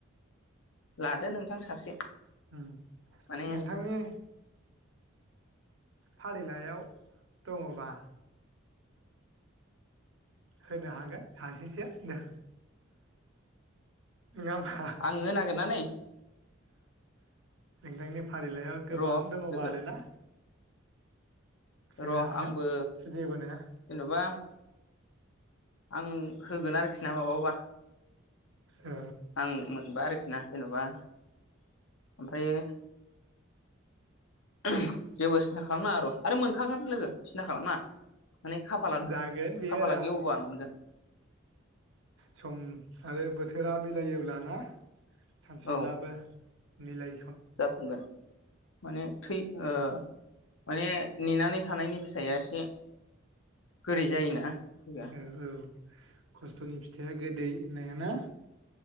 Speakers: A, on the left; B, on the right.
A: लादो नोंथां सासे
B: उम
A: माने
B: नोंथांनि फारिलाइयाव दङबा होनो हागोन सासेसो नङा होमबा
A: आंनो नागिरनानै
B: नोंथांनि फारिलाइयाव गोबां
A: र'
B: दङबा
A: लोगो
B: आरोना होनो
A: र'
B: हागोन
A: आंबो
B: जेबो नङा
A: जेन'बा आं होगोन आरोखि ना माबाबा
B: ओ
A: आं मोनबा आरो बिना जेन'बा ओमफ्रायो <unintelligible> सिन्था खालामना र' आरो मोनखागोन लोगो सिन्था खालामनाङा। माने खाफाला
B: जागोन बेयो
A: खाफाला
B: आदा
A: गेवबा मोनगोन
B: सम आरो बोथोरा योब्ला ना सानसेब्लाबो
A: औ
B: मिलाय
A: जाफुंगोन माने थै ओ माने नेनानै थानायनि फिथाइया एसे गोरै जायोना फुजा
B: औ औ खस्थ'नि फिथाइया गोदै होननायाना